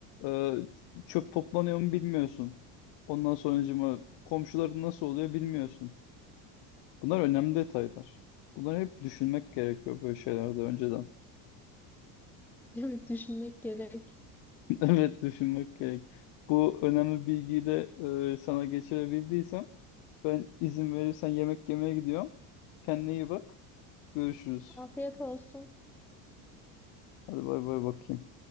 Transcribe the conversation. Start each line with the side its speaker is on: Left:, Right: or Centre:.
Left: Ee, çöp toplanıyor mu bilmiyorsun. Ondan sonracıma komşuların nasıl oluyor bilmiyorsun. Bunlar önemli detaylar. Bunları hep düşünmek gerekiyor böyle şeylerde önceden.
Centre: Evet düşünmek gerek.
Left: <laughs> Evet düşünmek gerek. Bu önemli bilgiyi de e, sana geçirebildiysem Ben izin verirsen yemek yemeye gidiyorum. Kendine iyi bak. Görüşürüz.
Centre: Afiyet olsun.
Left: Hadi bay bay bakayım.